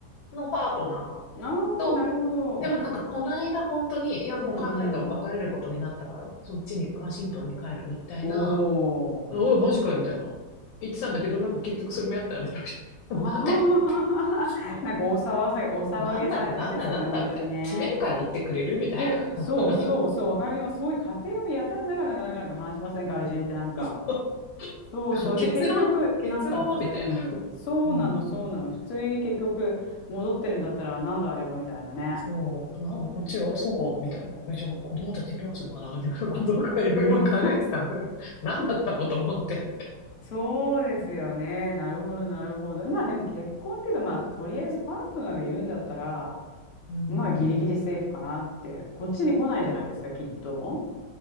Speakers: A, on the left; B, on the left.
A: のパートナーと、
B: ああ、なるほど。
A: でもなんかこの間本当に、いやもう彼と別れることになったから、
B: うんうん。
A: そっちに、ワシントンに帰るみたいな
B: おー。
A: おい、マジかよ、みたいな。言ってたんだけど、なんか結局それもやったよ、みたいな。
B: あははははは。
A: <laughs> なんだよ、って。<laughs> そ
B: なんかお騒がせ、お騒げさですよね、
A: うなんだ、なんだ、なんだ、
B: 本当にね。
A: みたいな。決めてから言ってくれるみたいな。
B: そう、そうそう、そう、わかります。そういう家庭をやたらなかなかなかなか話しません、外人ってなんか。
A: <laughs>
B: そうそう。
A: 結論、
B: で、結局、
A: 結論は、
B: なんかの普通に、
A: みたいな。
B: そうなの、
A: うん。
B: そうなの、普通に結局、戻ってるんだったら、なんだあれは、みたいなね。
A: そう。なんかこっちが、あそうか、みたいな。え、じゃあ子供たちどうするかな、みたいな <laughs> こととかいろいろ考えてたの。
B: うん <laughs>
A: <laughs> 何だったのと思って。
B: そうですよね。なるほど、なるほど。まあでも結婚っていうか、まあとりあえずパートナーがいるんだったら、
A: うん。
B: まあギリギリセーフかなって。こっちに来ないじゃないですか、きっと。